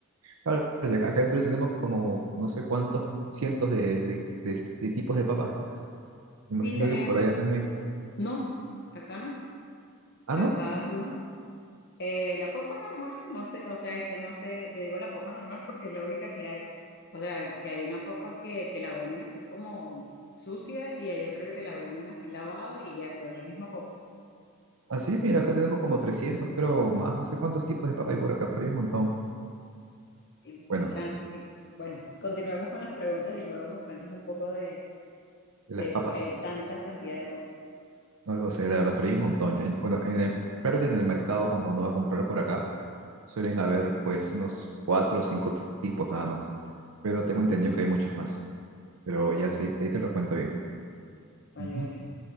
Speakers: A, on the right (about 80°); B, on the left (about 50°).
A: Claro, ya Acá en Perú tenemos como no sé cuántos cientos de, de- de- de tipos de papa. Me
B: Sí,
A: imagino
B: tenía.
A: que por allá también.
B: No, acá no,
A: Ah,
B: acá
A: ¿no?
B: no. Eh, la papa normal, no sé, o sea, es que no sé, yo digo la papa normal porque es la única que hay. O sea, que hay una papa que te la venden así como sucia y hay otra que te la venden así lavada y ya, pero es la misma papa.
A: Así, mira, acá tenemos como 300, creo, más, no sé cuántos tipos de papa hay por acá, pero hay un montón.
B: Y,
A: Bueno,
B: o sea, y, bueno, continuemos con las preguntas y luego me cuentas un poco de,
A: de
B: de
A: las papas,
B: por qué hay tanta cantidad de papas.
A: no lo sé,
B: Sí,
A: la verdad, pero hay un montón. En- bueno, en el- claro que en el mercado, cuando uno va a comprar por acá, suelen haber pues unos cuatro o cinco tipos nada más, pero tengo entendido que hay muchas más, pero
B: qué loco.
A: ya sí, ahí te lo cuento bien.
B: Vale,
A: Ujú.
B: vale.